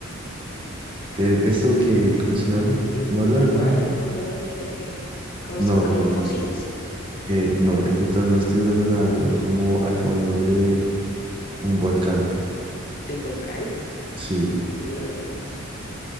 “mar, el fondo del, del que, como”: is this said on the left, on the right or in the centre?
Left